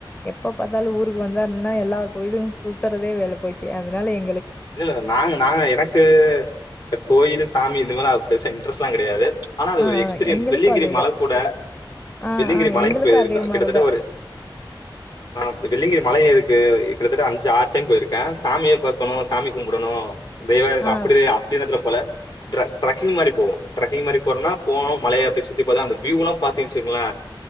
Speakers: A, on the left (about 20°); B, on the left (about 55°).
A: எப்ப பாத்தாலு ஊருக்கு வந்தா என்னா எல்லா கோயிலு சுத்துறதே வேலை போச்சு அதனால எங்
B: இல்ல இல்ல நாங்க நாங்க எனக்கு இந்த கோயிலு சாமி இந்த மாரி பெருசா இன்ட்ரஸ் ட்லா கெடையாது ஆனா அது
A: ஆ
B: ஒரு
A: ஆ
B: எக்ஸ்பீரியன்ஸ்
A: எங்களுக்கும்
B: வெள்ளியங்கிரி
A: அதேதான்.
B: மல கூட
A: ஆ
B: வெள்ளியங்கிரி
A: ஆ
B: மலைக்கு
A: எங்களுக்கும்
B: போயிருக்கே
A: அதே
B: கிட்டத்தட்ட
A: மாரி தான்.
B: ஒரு அ வெள்ளிங்கிரி மலயே இருக்கு கிட்டத்தட்ட அஞ்சு ஆறு டைம் போயிருக்கே சாமிய பாக்கணு சாமி கும்டணு தெய்வ
A: ஆ
B: அப்டி அப்டி எண்ணத்துல போல ட்ரக் ட்ரக்கிங் மாரி போவோ ட்ரக்கிங் மாரி போனா போனோ மலைய அப்ப சுத்தி பாத்து அந்த வியூ எல்லா பாத்தீங் வச்சுங்களே